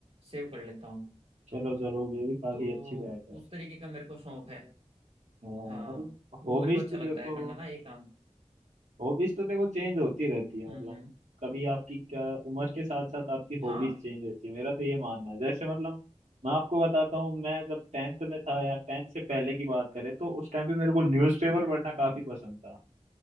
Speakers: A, on the right (about 55°); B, on the right (about 75°).
A: सेव कर लेता हूँ
B: चलो जरूर ये भी काफी
A: तो
B: अच्छी बात है
A: उस तरीके का मेरे को शौक है
B: हाँ,
A: हाँ
B: मतलब
A: वो
B: हॉबीज
A: मेरे को अच्छा
B: तो देखो
A: लगता है करना ना ये काम
B: हॉबीज तो देखो चेंज होती रहती है
A: हम्म
B: मतलब
A: हम्म
B: कभी आपकी क्या उम्र के साथ साथ आपकी हॉबीज
A: हाँ
B: चेंज होती है मेरा तो ये मानना है जैसे मतलब मैं आपको बताता हूँ मैं जब टेंथ में था या टेंथ से पहले की बात करें तो उस टाइम पे मेरे को न्यूज़पेपर पढ़ना
A: हम्म
B: काफी पसंद था